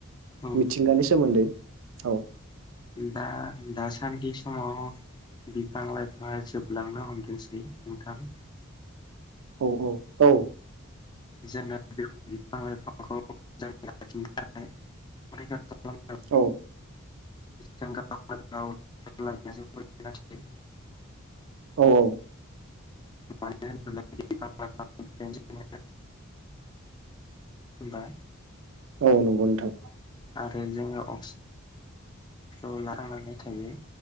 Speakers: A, on the left; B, on the right.
A: औ
B: मिथिंगानि सोमोन्दै औ
A: दा दासानदि समाव बिफां लाइफांङा जोबलांनो हमदोंसै नोंथां।
B: औ औ औ
A: जोंना बे बिफां लाइफांखौ मोजां लाखिनो थाखाय <unintelligible>
B: औ
A: जों गावनो गाव लानाया जोबोद गोनांथि।
B: औ औ
A: मानो होनोब्ला बिफां लाइफांनिफ्रायनो जोङो होनबा
B: औ नंगौ नोंथां।
A: आरो जोङो अक्सि <unintelligible> खौ ला थांनानै थायो।